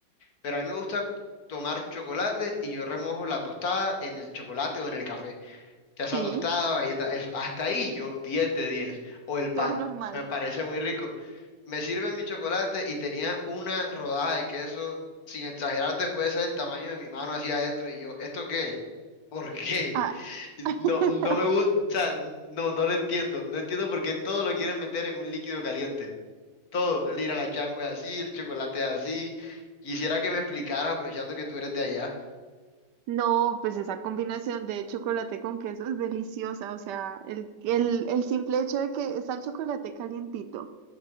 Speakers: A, on the left; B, on the right.
A: Pero a mí me gusta tomar chocolate y yo remojo la tostada en el chocolate o en el café. Casa
B: sí,
A: tostada, galleta, eso. Hasta ahí yo 10 de diez O el pan,
B: todo normal.
A: me parece muy rico. Me sirve mi chocolate y tenía una rodada de queso, sin exagerarte, puede ser el tamaño de mi mano hacia adentro. Y yo, ¿esto qué? es? ¿Por qué?
B: Ah. <laughs>
A: No, no me gusta, o sea, no, no lo entiendo. No entiendo por qué todo lo quieren meter en un líquido caliente. Todo, el ir a la changua es así, el chocolate es así. Quisiera que me explicaras, aprovechando que tú eres de allá.
B: No, pues esa combinación de chocolate con queso es deliciosa. O sea, el, el, el simple hecho de que está el chocolate calientito